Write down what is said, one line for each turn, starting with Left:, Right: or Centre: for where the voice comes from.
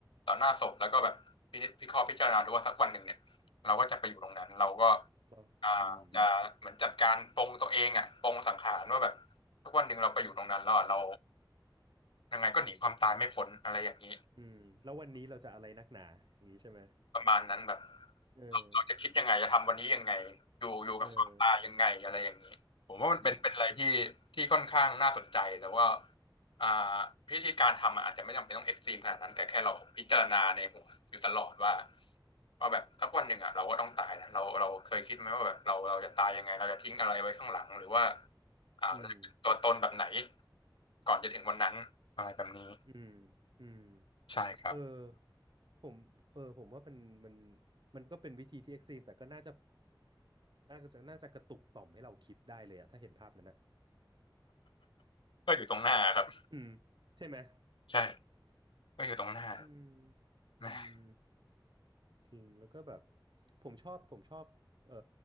Left: ต่อหน้าศพแล้วก็แบบพินิจพิเคราะห์พิจารณาดูว่าสักวันหนึ่งเนี่ยเราก็จะไปอยู่ตรงนั้นเราก็
Right: เราอืม
Left: อ่าจะเหมือนจัดการปลงตัวเองอ่ะปลงสังขารว่าแบบสักวันหนึ่งเราไปอยู่ตรงนั้นแล้วอะเรายังไงก็หนีความตายไม่พ้นอะไรอย่างนี้
Right: อืมแล้ววันนี้เราจะอะไรนักหนาอย่างนี้ใช่ไหม
Left: ประมาณนั้นแบบ
Right: เออ
Left: เราเราจะคิดยังไงจะทำวันนี้ยังไงอยู่อยู่กับความตายยังไงอะไรอย่างนี้ผมว่ามันเป็นเป็นอะไรที่ที่ค่อนข้างน่าสนใจแต่ว่า
Right: เอออืม
Left: อ่าพิธีการทำอะอาจจะไม่จำเป็นต้องเอ็กซ์ตรีมขนาดนั้นแต่แค่เราพิจารณาในหัวอยู่ตลอดว่าว่าแบบสักวันหนึ่งอ่ะเราก็ต้องตายนะเราเราเคยคิดไหมว่าแบบเราเราจะตายยังไงเราจะทิ้งอะไรไว้ข้างหลังหรือว่าอ่าเราจะเป็นตัวตนแบบไหน
Right: อืม
Left: ก่อนจะถึงวันนั้นอะไรแบบนี้
Right: อืมอืม
Left: ใช่ครับ
Right: เออผมเออผมว่ามันมันมันก็เป็นวิธีที่เอ็กซ์ตรีมแต่ก็น่าจะน่าจะน่าจะกระตุกต่อมให้เราคิดได้เลยอะถ้าเห็นภาพนั้นนะ
Left: ก็อยู่ตรงหน้าครับ
Right: อืมใช่ไหม
Left: ใช่ก็อยู่ตรงหน้า
Right: <laughs> อืม
Left: แหม
Right: อืม จริงแล้วก็แบบผมชอบผมชอบเอ่อ